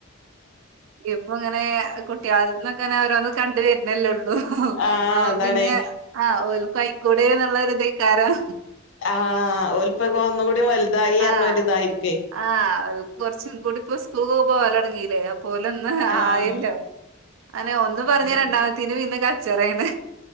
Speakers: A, on the right (about 75°); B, on the left (about 65°).
A: ഇപ്പ ഇങ്ങനെ കുട്ട്യേള്തന്നൊക്കെ ഓരോന്ന് കണ്ട് വര്നല്ലോ ള്ളൂ
B: ആഹ്
A: അപ്പൊ
B: അതാണേ
A: പിന്നെ ആഹ് ഓല്ക്കും അയിക്കൂടെന്ന്ള്ളോര് ഇതേക്കാരം.
B: ആഹ് ഒല്പ്പക്കെ ഒന്നുകൂടി വലുതായിറഞ്ഞ
A: ആഹ്
B: ഒരിതായിരിക്കേ
A: ആഹ് ഓൽ കൊറച്ചും കൂടിം ഇപ്പം സ്കൂള്കൊക്കെ പോകലടങ്ങീലേ അ പ്പൊലൊന്ന്
B: ആഹ്
A: ആയല്ലോ അതെന്നെ ഒന്ന്
B: ആഹ്
A: പറഞ്ഞ
B: അതന്നെ
A: രണ്ടാമ ത്തിന് പിന്നെ കച്ചറേണ്